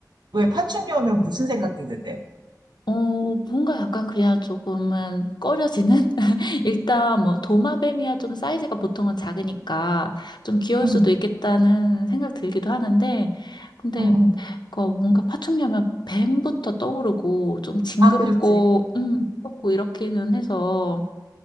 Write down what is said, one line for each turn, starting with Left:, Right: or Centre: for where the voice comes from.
Right: 왜 파충류 하면 무슨 생각 드는데?
Left: 어, 뭔가 약간 그냥 조금은 꺼려지는? <laughs> 일단 뭐 도마뱀이야 좀 사이즈가 보통은 작으니까 좀 귀여울
Right: 응,
Left: 수도 있겠다는 생각 들기도 하는데, 근데
Right: 응, 응.
Left: 그 뭔가 파충류면 뱀부터 떠오르고 좀 징그럽고,
Right: 아, 그렇지.
Left: 음, 무섭고 이렇기는 해서